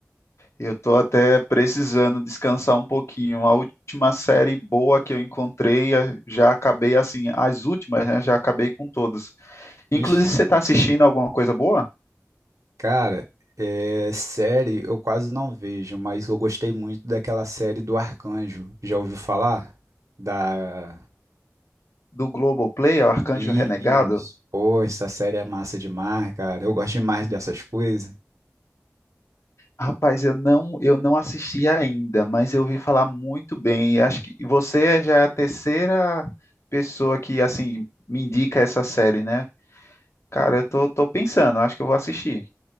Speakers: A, on the left; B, on the right.
A: Eu tô até precisando descansar um pouquinho. A última série boa que eu encontrei, eh, já acabei assim, as últimas, né? Já acabei com todas. Inclusive,
B: Ixi,
A: você está assistindo alguma coisa boa?
B: cara, é, série eu quase não vejo, mas eu gostei muito daquela série do Arcanjo. Já ouviu falar? Da...
A: Do Global Play, o Arcanjo
B: Isso.
A: Renegado?
B: Pô, essa série é massa demais, cara. Eu gosto demais dessas coisas.
A: Rapaz, eu não, eu não assisti ainda, mas eu ouvi falar muito bem. Acho que você já é a terceira pessoa que assim me indica essa série, né? Cara, eu tô, tô pensando, acho que eu vou assistir.